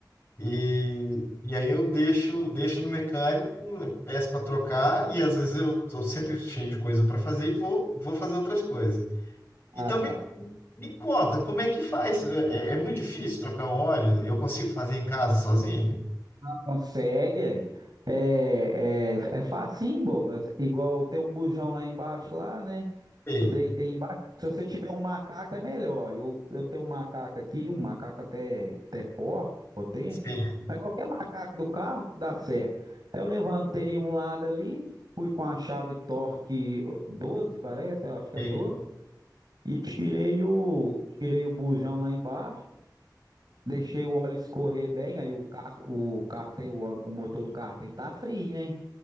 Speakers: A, on the left; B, on the right.
A: E, e aí eu deixo, deixo no mecânico, peço para trocar e às vezes eu estou sempre cheio de coisa para fazer e vou, vou fazer outras coisas. Então
B: Ah, tá.
A: me, me conta, como é que faz? É, é é muito difícil trocar o óleo? Eu consigo fazer em casa sozinho?
B: Consegue aí. É, é, é facinho, boba. Igual tem um bujão lá embaixo, lá, né?
A: Sei,
B: Eu deitei embaixo. Se você tiver um macaco, é melhor. Eu, eu tenho um macaco aqui, um macaco até, até forte, potente,
A: sei,
B: mas qualquer macaco do carro dá certo. Aí eu levantei um lado ali, fui com a chave torque 12, parece, eu acho que
A: sei.
B: é 12. E tirei o, tirei o bujão lá embaixo, deixei o óleo escorrer bem, aí o carro, o cartem, o, óleo- o motor do carro cartem tá frio, né?